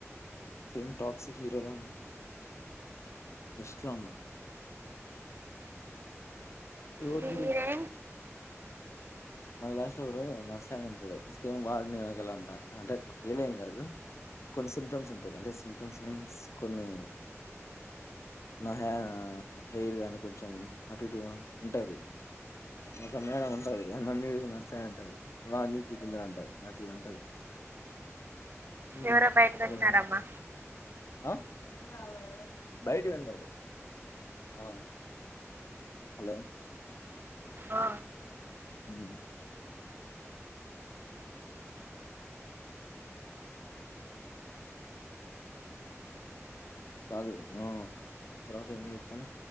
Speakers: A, on the left; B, on the right.
A: సేమ్ టాక్సిక్ హీరోలో ఎస్ట్లా ఉన్నా ఎవరు
B: దిగిరే
A: డాడీ మళ లాస్ట్డు నర్స్ అయన ఉంటాడు సేమ్ వాడు నేనులా అంటా అంటే ఒక ఏళ ఏం కాదు కొన్ని సిమ్టమ్స్ ఉంటాయి అంటే సిమ్టమ్స్ మీన్స్ కొన్ని నా హె హెయిర్ కానీ కొంచెం అటి ఉంటది ఒక మేడం ఉంటది నన్న నడుస్తాయి ఉంటది వాతుందర అంటది అట్ ఉంటది ఉహుమ్
B: ఎవరో బయటకు
A: ఎట్లు
B: వచ్చినారమ్మా
A: స ఎ రావడం బయటి ఉండాడు ఆ హలో
B: ఆ
A: ఉమ్ కాదు ఆ తర్వాత ఎంద ఇతను